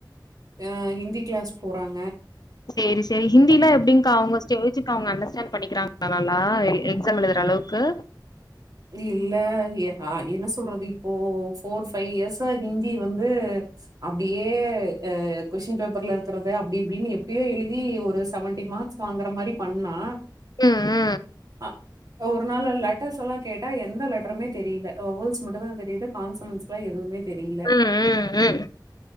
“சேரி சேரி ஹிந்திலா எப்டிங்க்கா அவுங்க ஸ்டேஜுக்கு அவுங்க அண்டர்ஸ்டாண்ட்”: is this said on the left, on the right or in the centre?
Left